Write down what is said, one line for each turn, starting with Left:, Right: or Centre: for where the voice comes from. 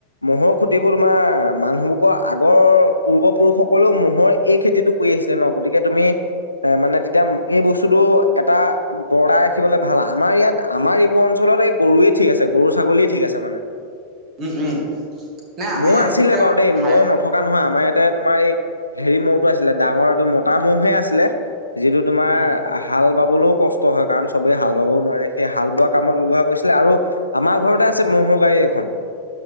Left: ম'হৰ খুটিবোৰ তোমাৰ মানুহবোৰক আগৰ পূৰ্বপুৰুষসকলেও ম'হৰে। এই খেতিটো কৰি আহিছিলে ন গতিকে তুমি এ মানে তেতিয়া এই বস্তুটো এটা। বৰদাই ৰাখিবলৈ ভাল আমাৰ ইয়াত আমাৰ এইবোৰ অঞ্চলত এই গৰুৱে ঠিক আছে গৰু ছাগলীয়ে ঠিক আছে মানে।
Right: উম, উম, নাই আমাৰ
Left: মহ
Right: ইয়াত
Left: আছিলে
Right: আচলতে
Left: বাৰু দেই
Right: ঠাই
Left: মহ নথ নথকা নহয় আমাৰ ইয়াতে তোমাৰ এই হেৰি মহ টো আছিলে ডাঙৰ এইটো মতা মহহে আছিলে। যিটো তোমাৰ
Right: উম।
Left: হাল হাল বাবলৈও কষ্ট হয় কাৰণ চবেই হাল বাবও নোৱাৰে সেই হাল বোৱা কামত ব্যৱহাৰ কৰিছিলে আৰু আমাৰ ঘৰতে আ আছে মহৰ গাড়ী এখন।